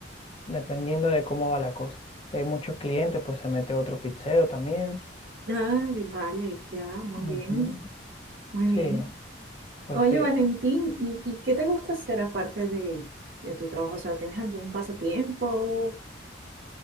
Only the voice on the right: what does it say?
Ay, vale, ya, muy
bien, muy bien.
Oye,
Valentín, ¿y, y qué te gusta hacer aparte de, de tu trabajo? O sea, ¿tienes algún pasatiempo?